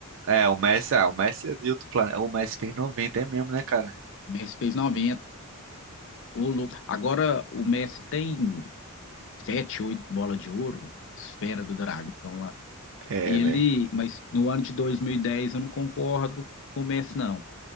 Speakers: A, on the right; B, on the left.
A: É, o Messi, ah, o Messi é de outro planeta. O Messi fez noventa é mesmo, né, cara?
B: O Messi fez noventa Ô, louco. Agora o Messi tem sete, oito bolas de ouro, esfera do dragão lá.
A: É,
B: Ele,
A: velho.
B: mas no ano de 2010 eu não concordo com o Messi, não,